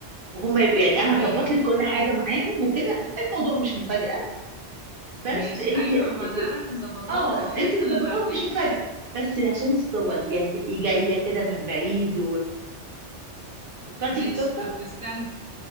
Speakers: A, on the right; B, on the left.
A: وهم يبقوا- يعني انا
B: ايوه
A: هظبط لك كل حاجه معاهم وكده الموضوع مش مفاجاه بس
B: ماشي
A: انت
B: ايوه ما
A: ت-
B: ده انا اللي مظبطاه
A: اه
B: <laughs>
A: انت اللي
B: انا اللي
A: ظبطاها
B: عاملاه
A: مش مفاجاه
B: <laughs>
A: بس عشان الصور يعني تبقي جايه كده من بعيد وفكرتي
B: ماشي
A: في التورته
B: طب استنى